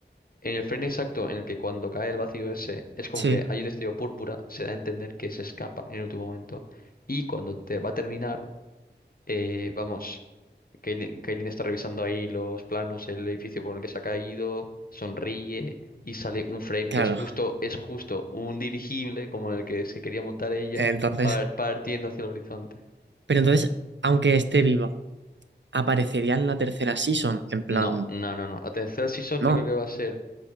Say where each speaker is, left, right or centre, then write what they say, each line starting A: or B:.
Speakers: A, on the left; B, on the right.
A: En el frame exacto en el que cuando cae el vacío ese es como
B: sí,
A: que hay un destello púrpura, se da a entender que se escapa en el último momento. Y cuando te va a terminar, eh, vamos, Kaylin, Kaylin está revisando ahí los planos, el edificio por el que se ha caído, sonríe y sale un frame
B: claro.
A: que es justo, es justo un dirigible como el que se quería montar ella,
B: Entonces,
A: par- partiendo hacia el horizonte.
B: pero entonces, aunque esté viva, ¿aparecería en la tercera season? En plan...
A: No, no, no, no. La tercera season
B: No,
A: yo creo
B: o
A: que va a ser